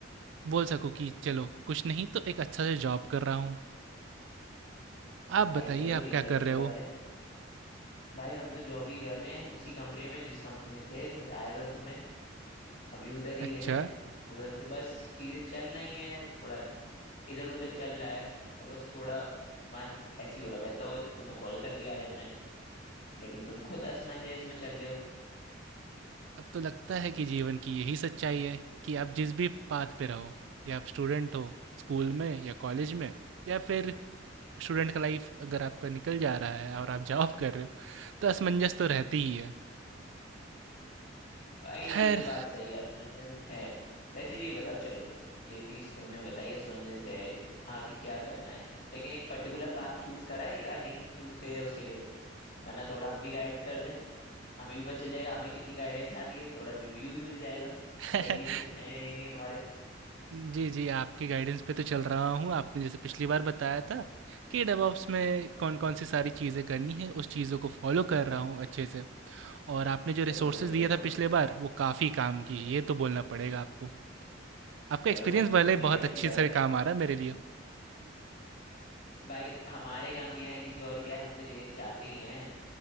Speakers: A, on the right; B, on the left.
A: बोल सकूँ कि चलो, कुछ नहीं तो एक अच्छा सा जॉब कर रहा हूँ। आप बताइए
B: भाई चलो
A: आप
B: ये
A: क्या
B: तो
A: कर
B: अच्छी
A: रहे
B: बात
A: हो?
B: है भाई हम तो जॉब ही कर रहे हैं उसी कंपनी में जिस कंपनी में थे बताया था तुम्हें अभी उधर ही
A: अच्छा।
B: हैं उधर से बस चीजें चल रही हैं थोड़ा इधर उधर चल रहा है तो बस थोड़ा मन ऐसी हो रखा है तो तुम्हें कॉल कर लिया आज हमने लेकिन तुम खुद असमंजस में चल रहे हो
A: अब तो लगता है कि जीवन की यही सच्चाई है कि आप जिस भी पाथ पे रहो या आप स्टूडेंट हो स्कूल में या कॉलेज में या फिर स्टूडेंट का लाइफ अगर आपका निकल जा रहा है और आप जॉब <laughs> कर रहे हो तो असमंजस तो रहती ही है
B: भाई
A: खैर
B: ये तो बात सही है असमंजस है वैसे ये बताओ चलो ये चीज तुमने बताई असमंजस है आगे क्या करना है लेकिन एक पर्टिकुलर पाथ चूज करा है या नहीं चूज करा उसके लिए वरना थोड़ा हम भी गाइड कर दें हमें भी पता चल जाएगा हमें कितनी गाइडेंस आती है थोड़ा रिव्यू भी मिल जाएगा
A: <laughs>
B: सही डिसीजन है या नहीं हमारे
A: जी जी आपके गाइडेंस पे तो चल रहा हूँ आपने जैसे पिछली बार बताया था कि डेवऑप्स में कौन कौन सी सारी चीज़ें करनी है उस चीज़ों को फॉलो कर रहा हूँ अच्छे से और आपने जो
B: चलो
A: रिसोर्सेज
B: बढ़िया
A: दिया
B: जी तो
A: था पिछले बार वो काफ़ी काम की
B: हम्म,
A: ये तो बोलना पड़ेगा आपको आपका
B: चलो
A: एक्सपीरियंस भले ही
B: ये
A: बहुत
B: अच्छी
A: अच्छे
B: बात
A: से
B: है
A: काम आ रहा है मेरे लिए
B: भाई हमारे काम नहीं आए किसी और क्या है हम तो ये चाहते ही हैं